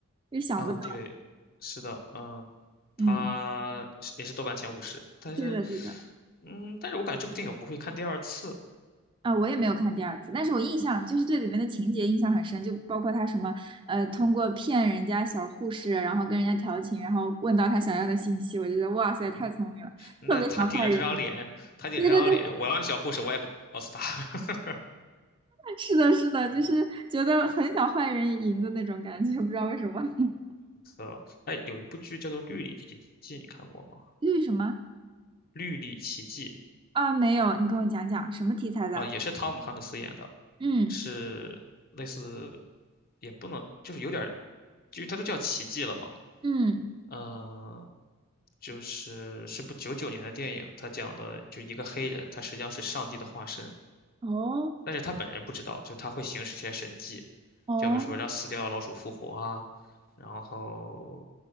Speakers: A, on the right; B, on the left.
A: 又想不到，
B: 嗯，对，是的，嗯，
A: 嗯，
B: 他是也是豆瓣前五十，但是，
A: 对的对的，
B: 嗯，但是我感觉这部电影我不会看第二次。
A: 啊，我也没有看第二次，但是我印象就是对里面的情节印象很深，就包括他什么呃，通过骗人家小护士，然后跟人家调情，然后问到他想要的信息，我就觉得哇塞，太聪明了，
B: 那他顶着这张脸，
A: 特别想坏人赢。
B: 他顶着这张脸，
A: 对对对，
B: 我要是小护士，我也告诉他。<laughs>
A: 是的，是的，就是觉得很想坏人赢的那种感觉，不知道为什么。<laughs>
B: 呃，哎，有一部剧叫做《绿里奇迹》，你看过吗？
A: 绿什么？
B: 《绿里奇迹》
A: 啊，没有，你跟我讲讲什么题材的？
B: 啊、也是汤姆汉克斯演的，
A: 嗯
B: 是类似，也不能，就是有点儿，就是它都叫奇迹了嘛。
A: 嗯，
B: 嗯、就是是部九九年的电影，他讲的就一个黑人，他实际上是上帝的化身，
A: 哦
B: 但是他本人不知道，就他会行使一些神迹，
A: 哦，
B: 就比如说让死掉的老鼠复活啊，然后